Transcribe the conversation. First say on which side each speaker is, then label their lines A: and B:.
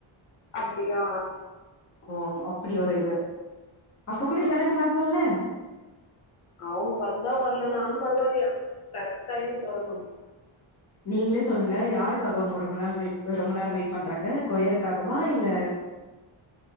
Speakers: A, on the left (about 85°); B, on the left (about 30°).
A: அப்டி ஆ ஆ
B: ஓ அப்டி ஒரு இது அப்ப கூட ஜனங்க வர்ணுல
A: அவுங்க வந்தா வர்லனாலு பரவால்லயா கரெக்ட் டைம்க்கு தொறங்கணு
B: நீங்களே சொல்லுங்க யாருக்காக அவுங்க ரொம்ப நாள் வெயிட் ரொம்ப நேர வெயிட் பண்றாங்க கொயருக்காகவா இல்ல